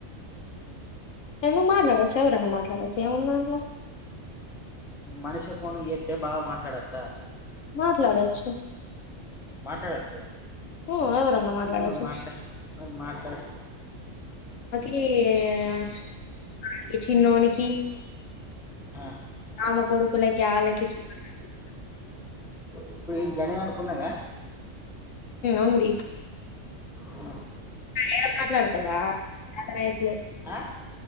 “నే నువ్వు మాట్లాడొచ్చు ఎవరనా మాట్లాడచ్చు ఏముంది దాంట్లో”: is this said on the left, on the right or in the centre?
Left